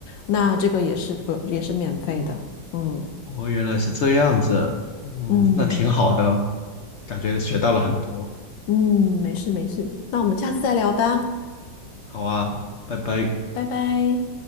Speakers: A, on the left; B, on the left.
A: 那这个也是不也是免费的。
B: 嗯
A: 嗯
B: 哦，原来是这样子，哦，
A: 嗯
B: 那挺好的，感觉学到了很多。
A: 嗯，没事没事，那我们下次再聊吧，
B: 好啊，拜拜。
A: 拜拜。